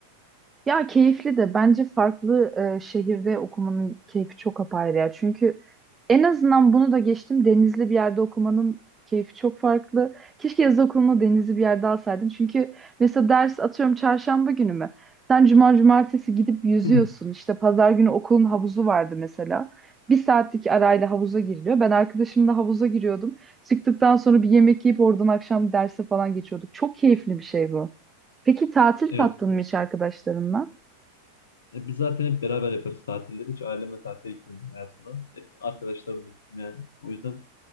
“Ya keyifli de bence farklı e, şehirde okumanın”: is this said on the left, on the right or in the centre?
Right